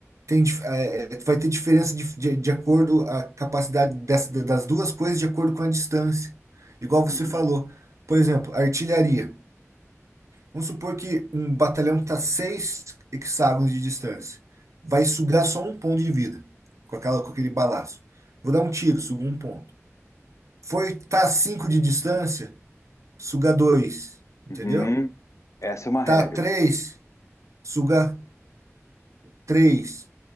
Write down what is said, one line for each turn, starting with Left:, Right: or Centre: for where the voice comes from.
Right: tem, dif- é, é, vai ter diferença de, de, de acordo a capacidade dessa, das duas coisas de acordo com a distância. Igual você
Left: Uhum.
Right: falou, por exemplo, a artilharia. Vamos supor que um batalhão está seis hexágonos de distância. Vai sugar só um ponto de vida com aquela, com aquele balaço. Vou dar um tiro, sugo um ponto. Foi, tá a cinco de distância, suga dois. Entendeu?
Left: Uhum. Essa é uma regra.
Right: Tá a três, suga três.